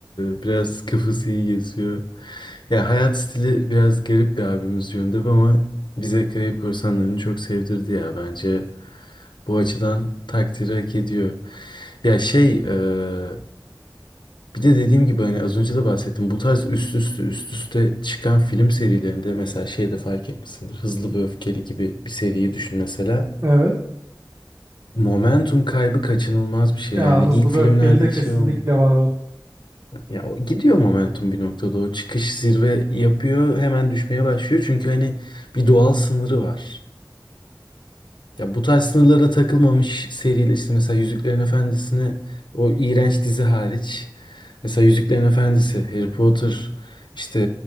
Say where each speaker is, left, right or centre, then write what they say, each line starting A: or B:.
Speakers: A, on the left; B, on the right.
A: e, biraz kafası iyi geziyor. Ya hayat stili biraz garip bir abimiz yönde ama bize Karayip Korsanları'nı çok sevdirdi ya bence. Bu açıdan takdiri hak ediyor. Ya şey e, bir de dediğim gibi hani az önce de bahsettim. Bu tarz üst üste üst üste çıkan film serilerinde mesela şeyde fark etmişsindir. Hızlı ve Öfkeli gibi bir seriyi düşün mesela.
B: evet.
A: Momentum kaybı kaçınılmaz bir şey
B: Ya
A: yani
B: Hızlı
A: ilk filmlerdeki
B: ve Öfkeli de kesinlikle
A: şey olmuyor.
B: var o.
A: Ya o gidiyor momentum bir noktada o çıkış zirve yapıyor hemen düşmeye başlıyor çünkü hani bir doğal sınırı var. Ya bu tarz sınırlara takılmamış seriyle işte mesela Yüzüklerin Efendisi'ne o iğrenç dizi hariç mesela Yüzüklerin Efendisi, Harry Potter işte